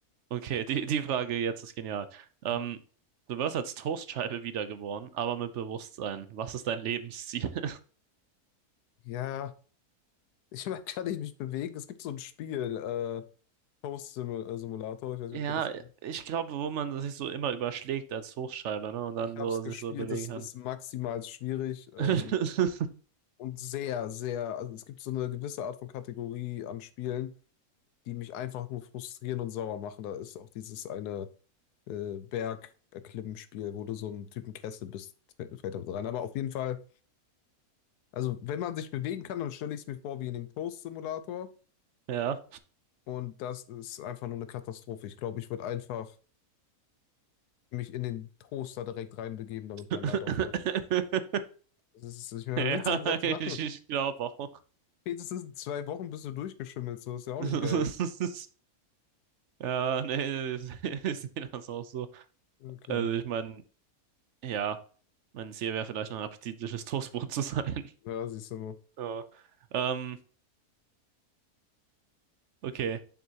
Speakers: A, on the right; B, on the left.
A: Okay, die, die Frage jetzt ist genial. Ähm,
B: Mhm.
A: du wirst als Toastscheibe wiedergeboren, aber mit Bewusstsein. Was ist dein Lebensziel? <laughs>
B: Ja, ich meine, kann ich mich bewegen? Es gibt so ein Spiel, äh, Post-Simulator, ich weiß
A: Ja,
B: nicht, ob du das kennst.
A: ich glaube, wo man sich so immer überschlägt als Toastscheibe, ne? Und dann
B: Ich habe
A: so
B: es gespielt,
A: sich so bewegen
B: es ist
A: kann.
B: maximal schwierig ähm,
A: <laughs>
B: und sehr, sehr, also es gibt so eine gewisse Art von Kategorie an Spielen, die mich einfach nur frustrieren und sauer machen. Da ist auch dieses eine äh, Berg-Erklimmen-Spiel, wo du so einen Typen Kessel bist, fällt fällt damit rein. Aber auf jeden Fall, also wenn man sich bewegen kann, dann stelle ich es mir vor wie in dem Toast-Simulator
A: Ja.
B: und das ist einfach nur eine Katastrophe. Ich glaube, ich würde einfach mich in den Toaster direkt reinbegeben, damit
A: <laughs>
B: mein Leid aufhört. Das ist, ich meine,
A: Ja,
B: was willst du denn sonst machen?
A: ich, ich glaube auch.
B: Spätestens in zwei Wochen bist du durchgeschimmelt, so ist ja auch
A: <laughs>
B: nicht geil.
A: Ja, nee, ich <laughs> ich sehe das auch so.
B: Okay,
A: Also ich meine, ja, mein Ziel wäre vielleicht noch ein appetitliches Toastbrot zu sein.
B: ja, siehst du mal.
A: <laughs> Ja. Ähm, okay.